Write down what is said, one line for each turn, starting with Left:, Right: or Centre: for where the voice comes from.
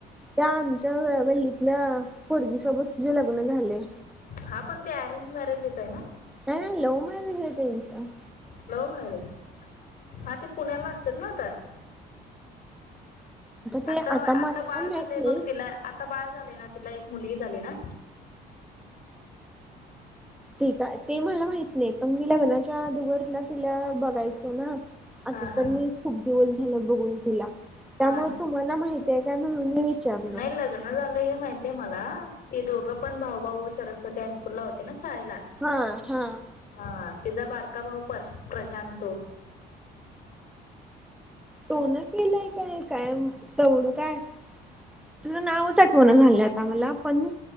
Centre: त्या आमच्या गल्लीतल्या पोरगी सोबत तेज लग्न झालय
Left: हा पण ते अरेंज मॅरेजच आहे ना
Centre: नाही नाही लव मॅरेज आहे त्यानच
Left: लव मॅरेज हा ते पुण्याला असतात ना आता
Centre: ते
Left: आता
Centre: मला
Left: आता बाळ
Centre: माहित
Left: झालंय
Centre: नाही
Left: बघ तिला आता बाळ झालंय ना तिला एक मुलगी झाली ना
Centre: ठीक आहे ते मला माहित नाही पण मी लग्नाच्या आदुगर ना तिला बघायचो ना आता
Left: हा
Centre: तर
Left: हा
Centre: मी खूप दिवस झाल बघून तिला त्यामुळे
Left: हा
Centre: तूम्हाला माहिती काय म्हणून मी विचारलो
Left: नाही लग्न झालं हे माहीत आहे मला ते दोघं पण भाऊ भाऊ सरस्वती हायस्कूल ला होते ना शाळेला
Centre: हा हा
Left: हा तिचा बारका भाऊ पर प्रशांत तो
Centre: टो <inaudible> न केलाय काय काय तेवढं काय तुझं नावच आठवणं झालं आता मला पण